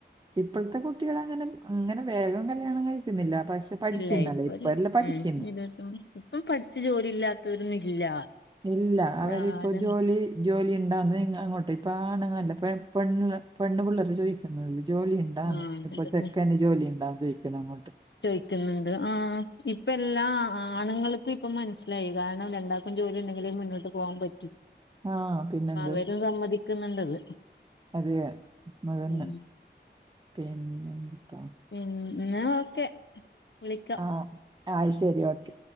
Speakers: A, on the right (about 25°); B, on the left (about 75°).
A: ഇപ്പോൾത്തെ കുട്ടികള് അങ്ങനെ അങ്ങനെ വേഗം കല്യാണം കഴിക്കുന്നില്ല പക്ഷെ പഠിക്കുന്നല്ല
B: ഇല്ലേ ഇപ്പൊ
A: ഇപ്പ
B: ഒരു
A: എല്ലാം പഠിക്കുന്നു
B: ഉം ഇരുപത്തിമൂന്ന് ഇപ്പം പഠിച്ച ജോലി ഇല്ലാത്തവരൊന്നും ഇല്ല
A: ഇല്ല
B: എല്ലാരും
A: അവരിപ്പോ ജോലി ജോലി ഇണ്ടാന്നേ നിങ്ങ അങ്ങോട്ടെ ഇപ്പ ആണ്ങ്ങളല്ല പെണ്ണ് പെണ്ണ് പിള്ളേരാ ചോദിക്കുന്നത് ജോലി ഡാ
B: ആഹ്
A: ഇപ്പൊ
B: അതന്നെ
A: ചെക്കന് ജോലി ഉണ്ടാന്ന് ചോയിക്കണ് അങ്ങോട്ട്.
B: ചോയിക്കുന്നുണ്ട് ആ ഇപ്പ എല്ലാ ആണുങ്ങൾക്കും ഇപ്പ മനസ്സിലായി കാരണം രണ്ടാ.. ഇപ്പം ജോലി ഉണ്ടെങ്കിലെ മുന്നോട്ട് പോകാൻ പറ്റും
A: ആ പിന്നെന്ത്
B: അവരും സമ്മതിക്കുന്നുണ്ടത്.
A: അതെ മതന്ന
B: ഉം
A: പിന്നന്ത്പ്പാ.
B: ഉ എന്ന ഓക്കെ വിളിക്ക.
A: ആ ആ ശരി ഓക്കെ.